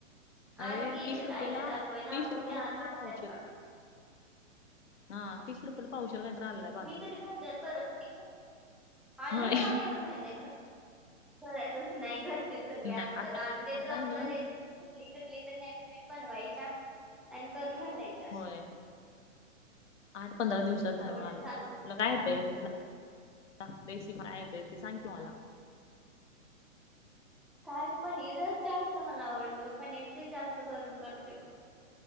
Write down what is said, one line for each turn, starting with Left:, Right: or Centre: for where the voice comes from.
Left: अरे
Centre: आज गेलेत
Left: तीस रुपयेला
Centre: आईला दाखवायला,
Left: तीस
Centre: बघूया
Left: रुपयाला
Centre: आज
Left: काहीतरी
Centre: आणत्यात
Left: पावशेर
Centre: का.
Left: हा तीस रुपयला पावशर काहीत अल्ल हाय.
Centre: मी कधी बाजार करत नाही ग, अल्ल
Left: होय
Centre: महाग हाय एवढ माहिती आहे. करतच नाही, घरची सगळी
Left: नाही
Centre: आणतात,
Left: आता
Centre: आणून देतात,
Left: आता
Centre: आपल्
Left: आहे ना
Centre: रेस कुठली कटली तर <unintelligible> बनवायच्या, आणि करून घालायच्या.
Left: होय, आठ पंधरा दिवसात हव
Centre: एवढंच
Left: आलं
Centre: चाललं
Left: तुला काय येतय, तुला <unintelligible> खायाय येतय ते, सांग की मला.
Centre: काय पनीरच जास्त मला आवडतय बघ, पनीरचीच, जास्त करून करतोय बघ.